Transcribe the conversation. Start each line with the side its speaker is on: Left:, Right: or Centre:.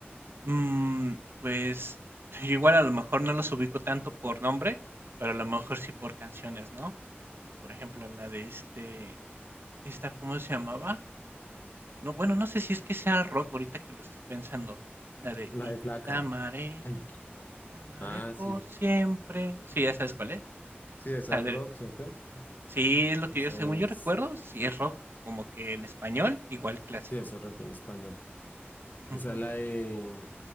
Right: mm, pues <laughs> yo igual a lo mejor no los ubico tanto por nombre, pero a lo mejor sí por canciones, ¿no? Por ejemplo, la de este, esta, ¿cómo se llamaba? No, bueno, no sé si es que sea rock ahorita que lo estoy pensando. La de
Left: La
Right: Y
Left: de Flaca.
Right: yo te amaré,
Left: <clears throat>
Right: te amaré
Left: Ah, sí.
Right: por siempre. Sí, ¿ya sabes cuál es?
Left: Sí, esa
Right: O sea,
Left: es
Right: de-
Left: rock, ¿cierto?
Right: sí es lo
Left: Esa
Right: que yo, según
Left: es.
Right: yo recuerdo, sí es rock, como que en español, igual clásico.
Left: Sí, eso es rock en español. Esa
Right: Ujú.
Left: es la de